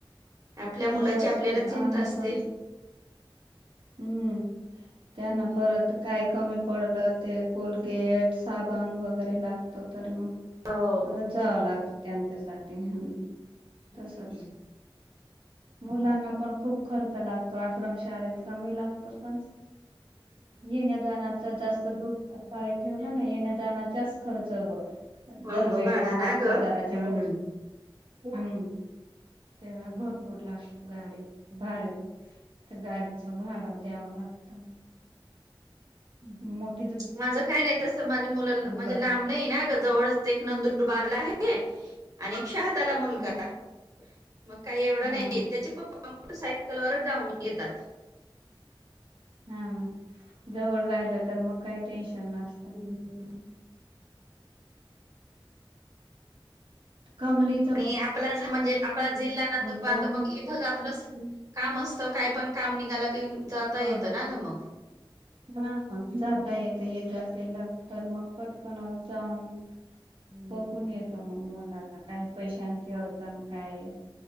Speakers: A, on the right (about 40°); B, on the right (about 70°).
A: आपल्या मुलाची
B: तसच
A: आपल्याला
B: तर आम्ही
A: चिंता असते.
B: पण हम्म त्यांना
A: हम्म.
B: परत काय कमी पडलं ते कोलगेट साबण वगैरे लागतो तर मग
A: हो.
B: परत जावं लागतं त्यांच्यासाठी हम्म
A: हम्म
B: तसच. मुलांना पण खूप खर्च लागतो आश्रम शाळेत कमी लागतो का. येण्या जाण्यात जास्त दूध शाळे ठेवलं ना येण्या जाण्याचाच खर्च ग.
A: हो
B: दरवेेळेस
A: ग भाडा
B: पाच
A: ना ग
B: हजाराच्या
A: हम्म.
B: वर हम् ते व भरपूर लागतो गाडी भाड्या ते गाडीच भाड द्यावं लागतं. मग.
A: माझं काय नाही तसं माझे मुला म्हणजे
B: कर
A: लांब नाही ना जवळ एक नंदूरबारला आहे. अने शहाद आला मुलगा
B: हा
A: मग काही एवढं
B: हा
A: नाही
B: ना
A: त्याचे पप्पा मोटरसायकल वरच जाऊन येतात.
B: हा ना जवळ राहिलं तर मग काही टेन्शन नसत.
A: ह
B: कमली
A: आणि आपलाच हा म्हणजे आपला जिल्हा नंदुरबार
B: केला
A: तर मग इथं आपलं काम असतं काय पण काम निघाला की जाता
B: हो
A: येतं ना ग मग
B: हा जाता येत ये जा केला तर मग पटकन जाऊन.
A: हम्म.
B: बघून येतो मग मुलाना काही पैशांची अडचण काय